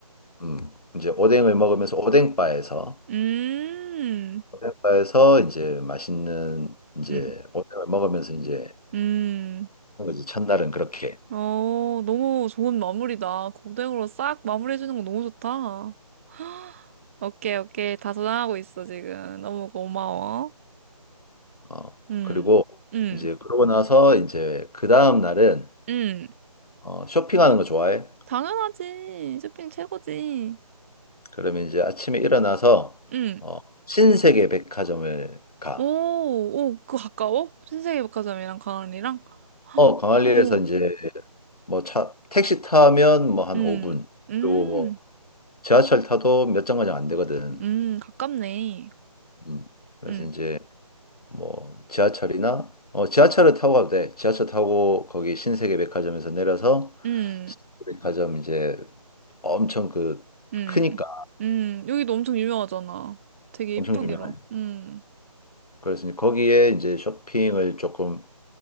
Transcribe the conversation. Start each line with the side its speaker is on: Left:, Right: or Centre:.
Left: 음, 이제 오뎅을 먹으면서 오뎅바에서
Right: 음,
Left: 오뎅바에서 이제 맛있는 이제
Right: 음,
Left: 오뎅을 먹으면서 이제
Right: 음.
Left: 하는 거지. 첫날은 그렇게.
Right: 어, 너무 좋은 마무리다. 고등으로 싹 마무리해주는 거 너무 좋다. <gasps> 오케이, 오케이. 다 저장하고 있어, 지금. 너무 고마워.
Left: 어.
Right: 음,
Left: 그리고
Right: 음,
Left: 이제 그러고 나서 이제 그 다음 날은
Right: 음.
Left: 어, 쇼핑하는 거 좋아해?
Right: 당연하지. 쇼핑 최고지.
Left: 그러면 이제 아침에 일어나서
Right: 응.
Left: 어, 신세계 백화점을 가.
Right: 오, 오, 그거 가까워? 신세계 백화점이랑 강원이랑? 헉,
Left: 어, 광안리에서
Right: 오,
Left: 이제 뭐 차, 택시 타면 뭐 한
Right: 음,
Left: 5분.
Right: 음,
Left: 그리고 뭐 지하철 타도 몇 정거장 안 되거든.
Right: 음, 가깝네.
Left: 음. 그래서
Right: 음,
Left: 이제 뭐 지하철이나 어, 지하철을 타고 가도 돼. 지하철 타고 거기 신세계 백화점에서 내려서
Right: 음,
Left: 신세계 백화점 이제 엄청 그
Right: 음,
Left: 크니까
Right: 음, 여기도 엄청 유명하잖아. 되게
Left: 엄청
Right: 이쁘기로.
Left: 유명한.
Right: 음,
Left: 그래서 이제 거기에 이제 쇼핑을 조금